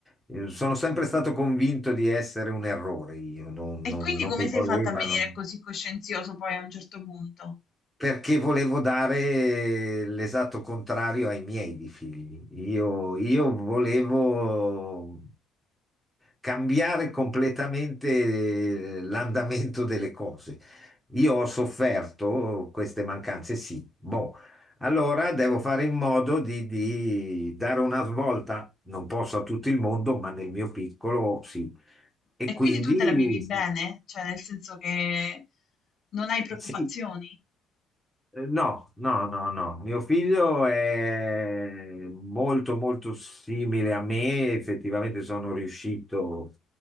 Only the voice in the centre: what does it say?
eh, sono sempre stato convinto di essere un errore, io non,
non-
non
mi volevano.
perché volevo dare l'esatto contrario ai miei di figli. Io, io volevo cambiare completamente eh, l'andamento delle cose. Io ho sofferto queste mancanze, sì. Boh, allora devo fare in modo di, di dare una svolta, non posso a tutto il mondo, ma nel mio piccolo sì. E
quindi
sì,
sì, Eh, No, no, no, no. Mio figlio è molto, molto simile a me. Effettivamente sono riuscito